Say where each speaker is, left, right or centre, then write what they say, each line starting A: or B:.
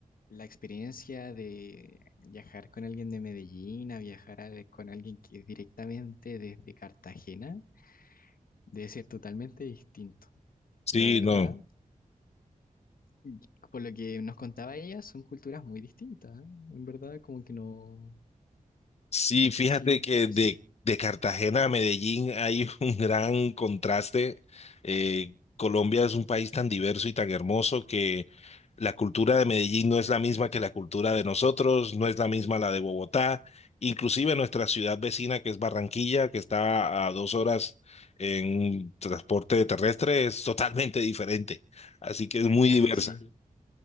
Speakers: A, on the left; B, on the left.
A: la experiencia de viajar con alguien de Medellín a viajar a- con alguien que es directamente desde Cartagena debe ser totalmente distinto.
B: Sí,
A: La verdad,
B: no.
A: y por lo que nos contaba ella, son culturas muy distintas, ¿eh? En verdad, como que no,
B: Sí,
A: no
B: fíjate
A: sé si están
B: que
A: así.
B: de, de Cartagena a Medellín hay <laughs> un gran contraste. Eh, Colombia es un país tan diverso y tan hermoso que La cultura de Medellín no es la misma que la cultura de nosotros, no es la misma la de Bogotá, inclusive nuestra ciudad vecina que es Barranquilla, que está a dos horas en transporte terrestre, es totalmente diferente. Así que es muy
A: Claro,
B: diversa.
A: sí.